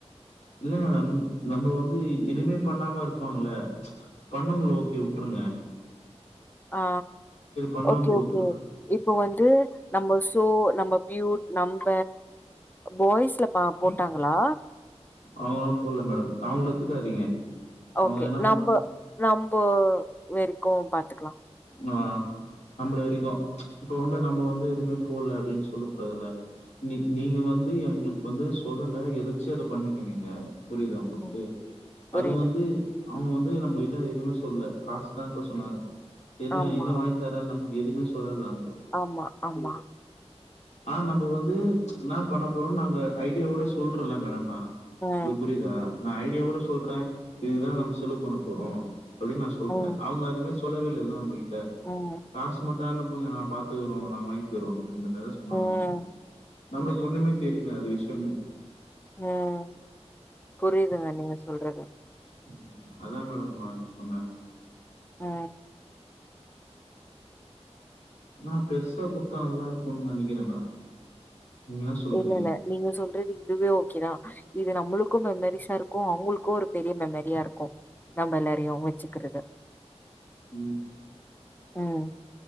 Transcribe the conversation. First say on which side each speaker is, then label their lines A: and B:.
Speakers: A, on the left; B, on the left.
A: இல்லங்க மேடம் நம்ம வந்து இனிமே பண்ணாம இருப்பாங்கல்ல பண்ண முடில ஓகே வுட்ருங்க
B: ஆ
A: பண்ணவங்கள
B: ஓகே ஓகே
A: விட்ரு
B: இப்போ வந்து நம்ம சோ நம்ம பியூட் நம்ப பாய்ஸ்ல பா போட்டாங்களா
A: அவங்கல்லா போடுல்ல மேடம் அவங்கள எத்துக்காதீங்க அவங்க
B: ஓகே
A: என்ன பண்ணா
B: நம்ப வெரைக்கும் பாத்துக்கலா
A: ஆஹ் நம்மள வரைக்கும் இப்ப வந்து நம்ம வந்து எதுமே போடுல்ல அப்டின்னு சொல்ல கூடாதுல நீ நீங்க வந்து எங்களுக்கு வந்து சொல்லல எதாச்சியா அத பண்ணீங்க நீங்க புரிதா உங்களுக்கு
B: ம் புரியுது
A: அது வந்து அவுங்க வந்து நம்மகிட்ட எதுமே சொல்ல காசு தா அனுப்ப சொன்னாங்க என்ன
B: ஆமா
A: என்ன வாங்கி தர நமக்கு எதுவுமே சொல்லல அவுங்க
B: ஆமா ஆமா
A: ஆ நம்ம வந்து என்னா பண்ண போறோம்னு நாங்க ஐடியாவோட சொல்றல மேடம் நா
B: ம்
A: உங்களுக்கு புரிதா நா ஐடியாவோட சொல்ற இதுதா நம்ம செலவு பண்ண போறோ அப்டின் நா சொல்றே
B: ம்
A: அவுங்க அதுமாரி சொல்லவேல்ல நம் பகிட்ட
B: ம்
A: காசு மட்டு அனுப்பங்க நா பாத்துக்கறோ நாங் வாய்ங்கிறோ அப்டின்றமாரிதா சொன்னாங்க
B: ம்
A: அவுங்க நம்மளுக்கு ஒண்ணுமே தெரில அது விஷ்யமே
B: ம் புரிதுங்க நீங்க சொல்றது
A: ம் அதா மேடம் நா இப்ப சொன்ன
B: அ
A: நா பெருசா குட்த்தா நல்லா இருக்குன்னு நெனிக்கிறே நா நீங்க என்ன சொல்றீங்க
B: இல்லல நீங்க சொல்றது இதுவே ஓகே தா இது நம்மளுக்கு மெமரிஸா இருக்கு அவுங்களுக்கு ஒரு பெரிய மெமரியா இருக்கு நம்ப எல்லாரியு வெச்சுக்கிறது
A: ம்
B: ம்